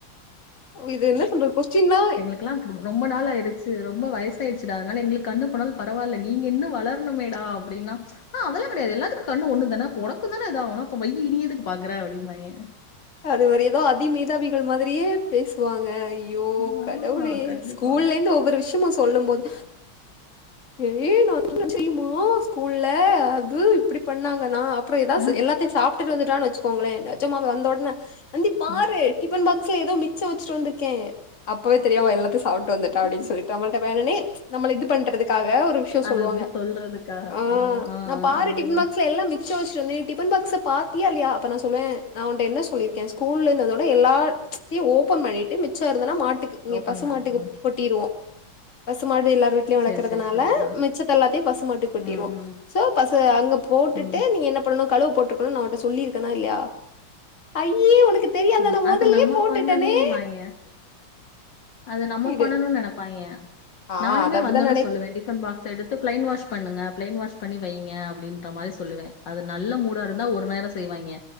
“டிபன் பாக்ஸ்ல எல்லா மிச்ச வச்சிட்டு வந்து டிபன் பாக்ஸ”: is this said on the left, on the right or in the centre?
Left